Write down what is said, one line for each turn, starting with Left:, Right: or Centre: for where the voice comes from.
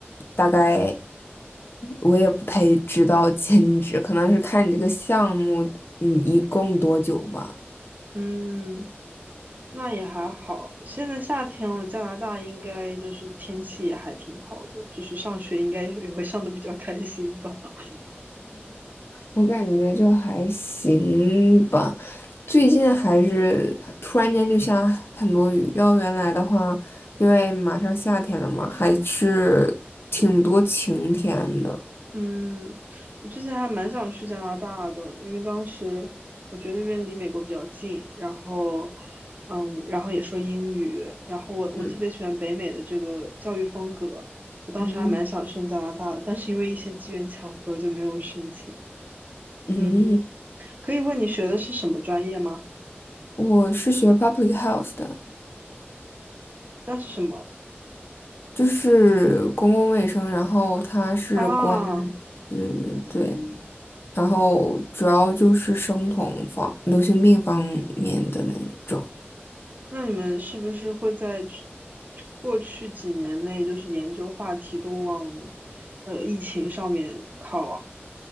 Left: 大概我也不太知道 <laughs> 兼职，可能是看你这个项目，嗯，一共多久吧。
Right: 嗯，那也还好。现在夏天了，加拿大应该就是天气也还挺好的，就是上学应该也会上的比较开心吧。<laughs>
Left: 我感觉就还行吧，最近还是突然间就下很多雨。要原来的话，因为马上夏天了嘛，还是挺多晴天的。
Right: 嗯，我之前还蛮想去加拿大的，因为当时我觉得那边离美国比较近，然后，嗯，然后也说英语，然后我我特别喜欢北美的这个教育风格，
Left: 嗯，
Right: 我当时还蛮想申加拿大的，
Left: 嗯
Right: 但是因为一些机缘巧合就没有申请。
Left: 嗯，
Right: 嗯，可以问你学的是什么专业吗？
Left: 我是学 public health 的，
Right: 那是什么？
Left: 就是公共卫生，然后它是关，
Right: 啊，
Left: 嗯对，然后主要就是生酮方、流行病方面的那种，
Right: 那你们是不是会在去过去几年内，就是研究话题都往呃疫情上面靠啊？